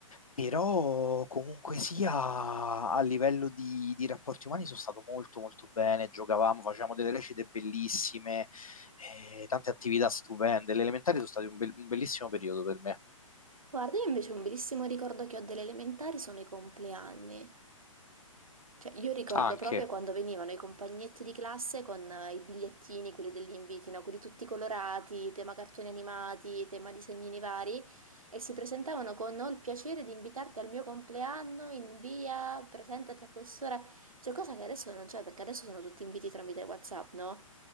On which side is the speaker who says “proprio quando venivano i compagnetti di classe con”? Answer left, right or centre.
Right